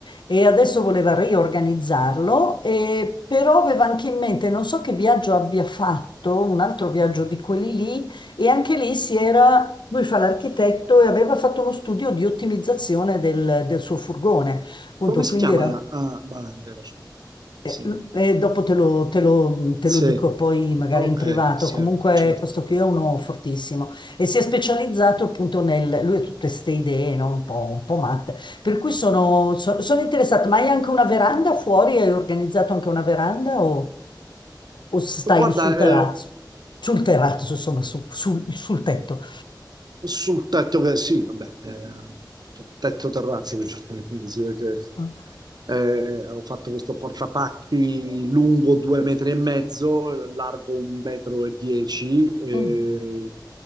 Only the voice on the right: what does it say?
Come
si chiama?
Ah, bah, è vero, sì.
Sì.
Sì.
Ok,
certo,
certo.
Guarda,
eh,
sul tetto che sì, vabbè, eh, tetto terrazzo, diciamo così, perché
eh, ho fatto questo portapacchi lungo due metri e mezzo, largo un metro e dieci, eh,